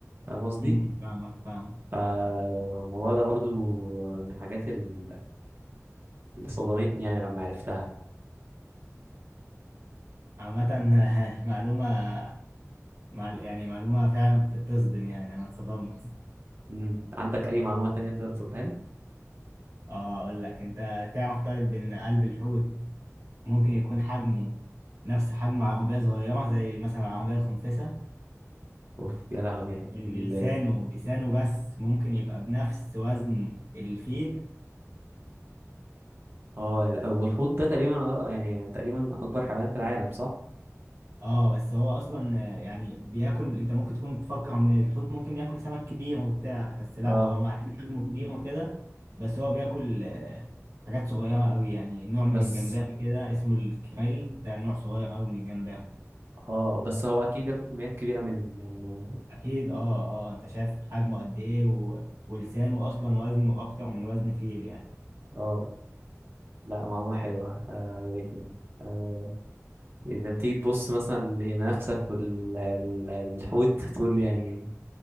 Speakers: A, on the right; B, on the right.
A: فاهم قصدي؟
B: مم، فاهمك فاهم
A: فالموضوع ده برضو من الحاجات ال- اللي صدمتني يعني لما عرفتها
B: عامه <laughs> معلومه مع يعني معلومه فعلا تصدم يعني انا اتصدمت
A: مم. عندك أي معلومة تانية تقدر تقولها لي؟
B: اه اقول لك انت تعرف طيب ان قلب الحوت ممكن يكون حجمه نفس حجم عربية صغيرة زي مثلا العربية الخنفسة
A: اوف يا لهوي يعني
B: ان
A: ال-
B: لسانه لسانه بس ممكن يبقى بنفس وزن الفيل
A: اه ال- والحوت ده تقريبا أ- يعني تقريبا أكبر حيوان في العالم صح؟
B: اه بس هو اصلا آه، يعني بياكل انت ممكن تكون تفكر ان الحوت ممكن ياكل سمك كبير وبتاع بس لا
A: اه
B: هو مع ان حجمه كبير وكده بس هو بياكل آه، حاجات صغيرة قوي يعني نوع من
A: بس
B: الجمبري كده اسمه الكريل ده نوع صغير قوي من الجمبري
A: اه بس هو اكيد بياكل كميات كبيره من يعني
B: اكيد اه اه انت شايف حجمه قد ايه و... ولسانه اصلا وزنه اكتر من وزن فيل يعني
A: اه لا معلومه حلوه آه، عجبتني آه، اذا بتيجي تبص مثلا لنفسك والحوت تقول يعني